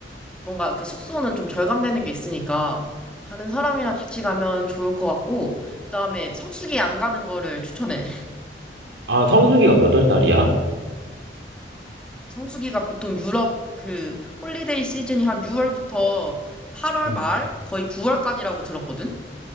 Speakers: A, in the centre; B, on the right.
A: 뭔가 그 숙소는 좀 절감되는 게 있으니까, 다른 사람이랑 같이 가면 좋을 것 같고, 그 다음에 성수기 안 가는 거를 추천해.
B: 아, 성수기가 몇월 달이야?
A: 성수기가 보통 유럽 그 홀리데이 시즌이 한 6월부터 8월
B: 응,
A: 말 거의 9월까지라고 들었거든?